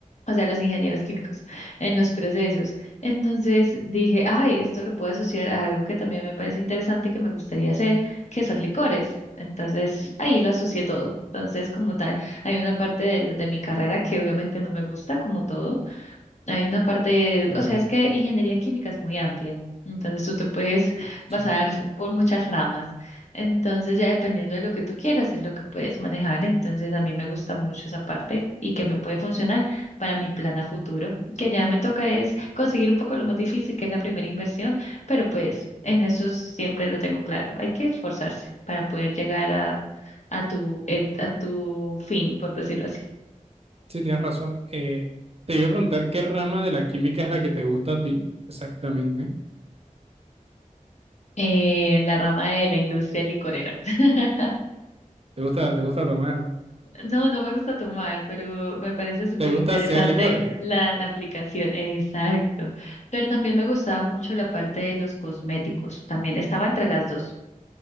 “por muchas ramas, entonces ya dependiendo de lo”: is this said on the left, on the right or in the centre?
Left